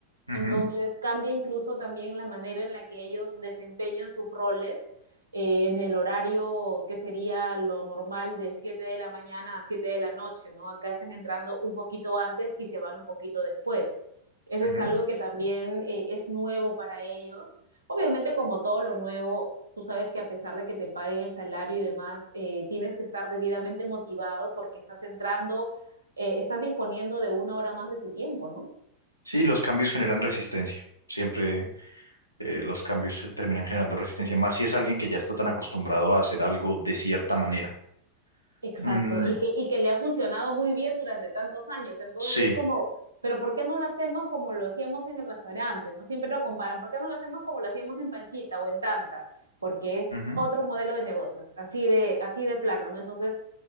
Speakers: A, on the left; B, on the right.
A: ujú,
B: Entonces cambia incluso también la manera en la que ellos desempeñan sus roles eh, en el horario que sería lo normal de 7 de la mañana a 7 de la noche, ¿no? Acá están entrando un poquito antes y se van un poquito después. Eso
A: ujú.
B: es algo que también eh, es nuevo para ellos. Obviamente, como todo lo nuevo, tú sabes que a pesar de que te paguen el salario y demás, eh, tienes que estar debidamente motivado porque estás entrando, eh, estás disponiendo de una hora más de tu tiempo, ¿no?
A: Sí, los cambios generan resistencia. Siempre eh, los cambios se- terminan generando resistencia, más si es alguien que ya está tan acostumbrado a hacer algo de cierta manera.
B: Exacto,
A: Mm,
B: y que, y que le ha funcionado muy bien durante tantos años. Entonces
A: Sí,
B: es como, pero ¿por qué no lo hacemos como lo hacíamos en el restaurante? No siempre lo comparan. ¿Por qué no lo hacemos como lo hacíamos en Panchita o en Tanta? Porque es
A: ujú,
B: otro modelo de negocios, así de, así de plano, ¿no? Entonces,